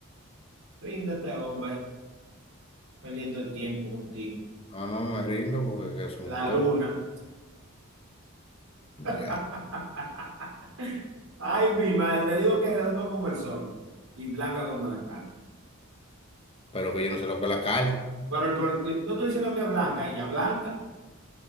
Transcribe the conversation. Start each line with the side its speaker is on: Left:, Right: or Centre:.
Right: Ríndete, hombre. Perdiendo el tiempo contigo.
Left: No, no me rindo porque que es un
Right: La
Left: toro.
Right: luna. <laughs>
Left: Ya.
Right: Ay, mi madre. Te digo que es redondo como el sol y blanca como la carne.
Left: Pero que yo no sé lo que es la cal.
Right: Pero el, por- no estoy diciendo que es blanca, ella blanca.